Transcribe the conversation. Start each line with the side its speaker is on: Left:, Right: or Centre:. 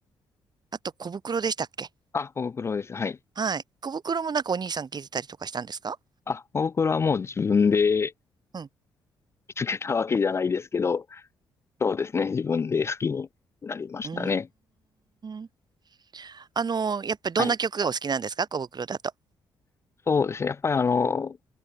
Right: あと、小袋でしたっけ
Left: あ、コブクロです。はい。
Right: はい。小袋もなんかお兄さん聞いてたりとかしたんですか
Left: あ、コブクロはもう自分で
Right: うん。
Left: 見つけたわけじゃないですけど、そうですね。自分で好きになりましたね。
Right: うーん。あの、やっぱりどんな曲がお好きなんですか小袋だと。
Left: はい。そうですね。やっぱりあの、